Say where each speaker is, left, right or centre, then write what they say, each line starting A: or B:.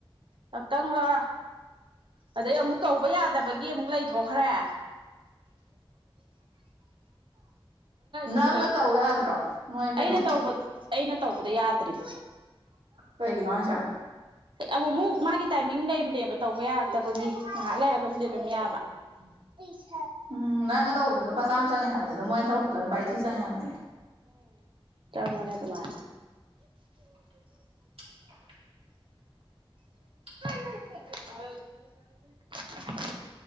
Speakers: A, on the right (about 60°); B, on the right (about 85°).
A: ꯂꯥꯛꯛꯇꯪꯕꯥ ꯑꯗꯩ ꯑꯃꯨꯛ ꯀꯧꯕ ꯌꯥꯗꯕꯒꯤ ꯒꯤ ꯑꯃꯨꯛ ꯂꯩꯊꯣꯛꯈ꯭ꯔꯦ
B: ꯅꯪꯅ
A: ꯅꯨꯝ
B: ꯇꯧ ꯌꯥꯗ꯭ꯔꯣ ꯅꯣꯏ ꯀꯩꯅꯣꯗ
A: ꯑꯩꯅ ꯇ ꯑꯩꯅ ꯇꯧꯕꯗ ꯌꯥꯗ꯭ꯔꯤꯕ
B: ꯇꯩꯒꯤꯅꯉ ꯆ
A: ꯑꯃꯨ ꯑꯃꯨꯛ ꯃꯥꯒꯤ ꯇꯥꯏꯃꯤꯡ ꯂꯩꯕꯅꯦꯕ ꯇꯧꯕ ꯌꯥꯔꯛꯇꯕꯒꯤ ꯉꯥꯏꯍꯥꯛ ꯂꯩꯔꯒꯕꯨꯗꯤ ꯑꯗꯨꯝ ꯌꯥꯕ ꯇ
B: ꯎꯝ ꯅꯪ ꯂꯨꯄꯥ ꯆꯆꯥ ꯑꯃ ꯆꯪꯉꯦ ꯍꯥꯏꯕꯅꯦ ꯑꯗꯨꯝ ꯃꯣꯏꯅ ꯇꯧꯔꯛꯄꯗꯨꯗ ꯂꯨꯄꯥ ꯏꯊꯤ ꯆꯪꯉꯦ ꯍꯥꯏꯕꯅꯦ
A: ꯃꯅꯦ ꯇꯣꯃꯥ
B: <unintelligible>
A: ꯦ <unintelligible>